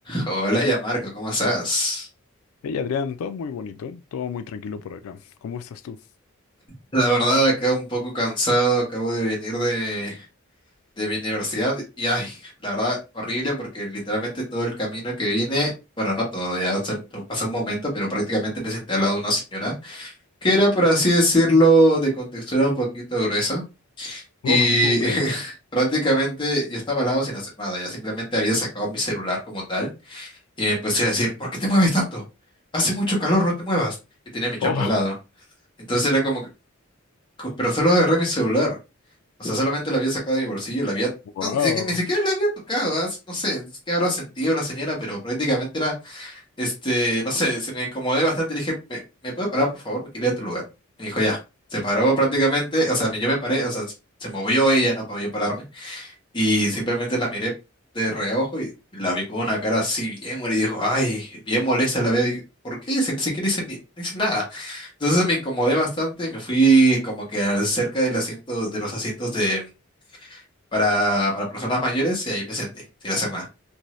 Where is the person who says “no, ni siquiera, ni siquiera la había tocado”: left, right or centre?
Left